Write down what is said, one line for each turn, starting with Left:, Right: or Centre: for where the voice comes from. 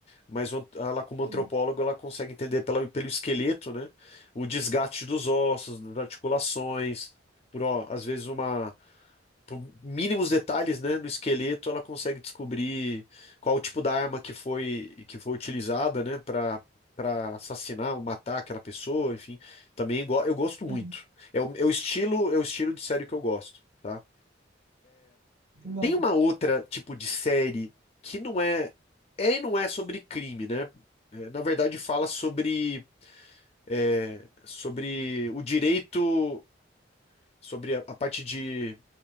Left: Mas o ant- ela, como antropóloga,
Right: Sim.
Left: ela consegue entender pela, pelo esqueleto, né? O desgaste dos ossos, das articulações, por, ó, às vezes, uma por mínimos detalhes, né, no esqueleto, ela consegue descobrir qual o tipo da arma que foi que foi utilizada, né, para para assassinar ou matar aquela pessoa, enfim. Também go- eu gosto muito.
Right: Sim.
Left: É o, é o estilo, é o estilo de série que eu gosto, tá?
Right: Bom.
Left: Tem uma outra tipo de série que não é é e não é sobre crime, né? É, Na verdade, fala sobre é, sobre o direito sobre a, a parte de.